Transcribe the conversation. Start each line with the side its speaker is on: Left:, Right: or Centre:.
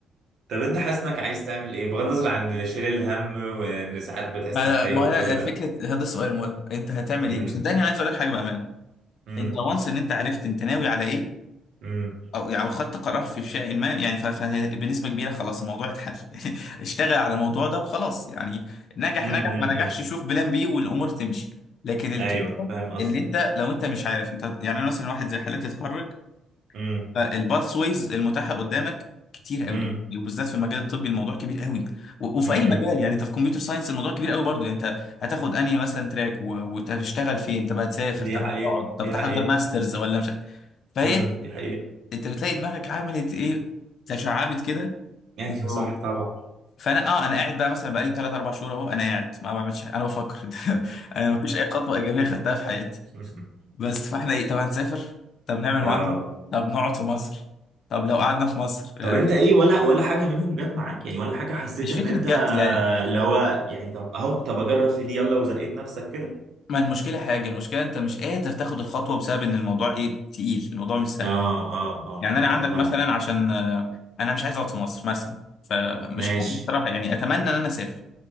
Right: طب انت حاسس انك عايز تعمل ايه بغض النظر عن شيل الهم وان ساعات بتحس
Left: ما
Right: انك تايه
Left: ما
Right: وكل
Left: انا
Right: ده
Left: فكرة هذا السؤال المهم انت هتعمل
Right: امم
Left: ايه وصدقني انا عايز اقول لك حاجة بأمانة
Right: امم
Left: انت وانس ان انت عرفت انت ناوي على ايه
Right: امم
Left: او يعني خدت قرار في شيء ما يعني ف- فبنسبه كبيره خلاص الموضوع اتحل <laughs> يعني اشتغل على الموضوع ده وخلاص يعني نجح
Right: امم
Left: نجح
Right: امم
Left: ما نجحش شوف بلان بي والامور تمشي لكن الكلمه
Right: ايوه فاهم قصدي
Left: ان انت لو انت مش عارف انت يعني أنا مثلا واحد زي حالاتي اتخرج
Right: امم
Left: فالباث ويز المتاحه قدامك كتير قوي
Right: امم
Left: وبالذات في المجال الطبي الموضوع كبير قوي و- وفي
Right: امم
Left: اي مجال يعني انت في كمبيوتر ساينس الموضوع كبير قوي برضه يعني انت هتاخد انهي مثلا تراك و- وتشتغل فين طب هتسافر
Right: دي
Left: طب
Right: حقيقة
Left: هتقعد طب
Right: دي
Left: تحضر
Right: حقيقة
Left: ماسترز ولا مش فهي
Right: امم دي حقيقة
Left: انت بتلاقي دماغك عملت ايه تشعبت كده
Right: ايوه
Left: و-
Right: صح طبعا
Left: فانا اه انا قاعد بقى مثلا بقالي 3 4 شهور اهو انا قاعد ما بعملش حاجة، انا بفكر <laughs> انا ما فيش اي خطوه ايجابيه خدتها في حياتي
Right: <laughs>
Left: بس فاحنا ايه طب هنسافر طب نعمل
Right: اه
Left: معادله طب نقعد في مصر طب لو قعدنا في مصر يعني
Right: طب انت ايه ولا ولا حاجه منهم جت معاك يعني ولا حاجه حسيت
Left: مش
Right: ان
Left: فكره
Right: انت
Left: جد يعني
Right: اللي هو يعني طب اهو طب اجرب في دي يلا وزقيت نفسك كده
Left: ما المشكله حاجه المشكله انت مش قادر تاخد الخطوه بسبب ان الموضوع ايه تقيل الموضوع مش سهل
Right: اه اه اه
Left: يعني
Right: اه
Left: انا عندك
Right: اه فاهم
Left: مثلا عشان آه، انا مش عايز اقعد في مصر مثلا فمش
Right: ماشي
Left: عارف بصراحه يعني اتمنى ان انا اسافر